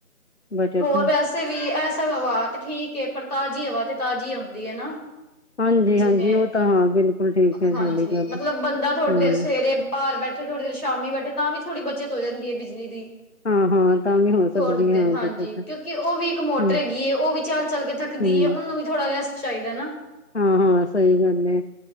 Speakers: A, on the left (about 50°); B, on the left (about 80°).
A: ਬੱਚਤ
B: ਹੋਰ ਵੈਸੇ ਵੀ ਐਸਾ ਹਵਾ ਤੇ ਠੀਕ ਹੈ, ਪਰ ਤਾਜ਼ੀ ਹਵਾ ਤੇ ਤਾਜ਼ੀ ਆਉਂਦੀ ਹੈ ਨਾ
A: ਹਾਂਜੀ
B: ਜਿਵੇਂ
A: ਹਾਂਜੀ ਉਹ ਤਾਂ ਹਾਂ ਬਿਲਕੁਲ ਠੀਕ ਹੈ
B: ਹਾਂਜੀ
A: ਤੁਹਾਡੀ ਗੱਲ
B: ਮਤਲਬ ਬੰਦਾ ਤੁਹਾਡੇ
A: ਹਮ
B: ਸਵੇਰੇ ਬਾਹਰ ਬੈਠੇ ਥੋੜੀ ਦੇਰ ਸ਼ਾਮੀ ਬੈਠੇ ਤਾਂ ਵੀ ਥੋੜੀ ਬੱਚਤ ਹੋ ਜਾਂਦੀ ਹੈ ਬਿਜਲੀ ਦੀ
A: ਹਾਂ ਹਾਂ ਤਾਂ ਵੀ ਹੋ ਸਕਦੀ
B: ਥੋੜੇ ਦਿਨ,
A: ਹੈ ਹਾਂ
B: ਹਾਂਜੀ
A: ਬੱਚਤ
B: ਕਿਉਂਕਿ ਉਹ ਵੀ ਇੱਕ
A: ਹਮ
B: ਮੋਟਰ ਹੈਗੀ ਉਹ ਵੀ ਚੱਲ, ਚੱਲ ਕੇ ਥੱਕਦੀ
A: ਹਮ
B: ਏ, ਉਹਨੂੰ ਵੀ ਥੋੜਾ ਰੈਸਟ ਚਾਹੀਦਾ ਨਾ
A: ਹਾਂ ਹਾਂ ਸਹੀ ਗੱਲ ਹੈ।